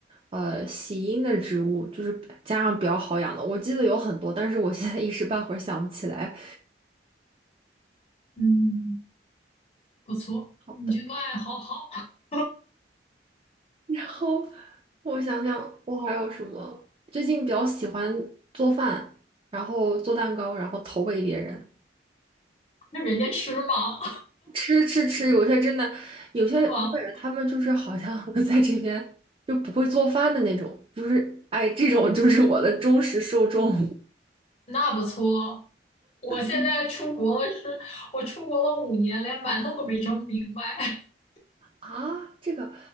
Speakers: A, on the right; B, on the left.
A: 呃，喜阴的植物，就是加上比较好养的。我记得有很多，但是我现在一时半会儿想不起来。
B: 嗯。不错，
A: 好的，
B: 你这个爱好好，<laughs>
A: 然后我想想，我还有什么？最近比较喜欢做饭，然后做蛋糕，然后投喂别人。
B: 那人家吃吗？
A: 吃吃吃，有些真的，有些我感觉他们就是好像
B: <laughs> 是吗？
A: <laughs> 在这边就不会做饭的那种，就是哎，这种就是我的忠实受众。
B: 那不错。我现在出国了是，
A: 嗯
B: 我出国了五年，连馒头都没蒸明白。<laughs>
A: 啊，这个